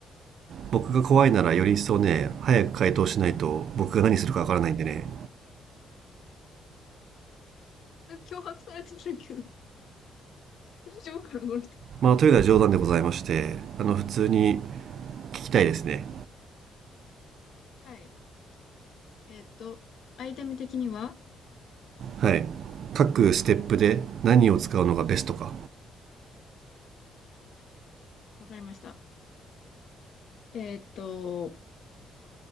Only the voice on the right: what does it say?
僕が怖いならより一層ね早く回答しないと僕が何するかわからないんでね
まあというのは冗談でございましてあの普通に聞きたいですね
はい各ステップで何を使うのがベストか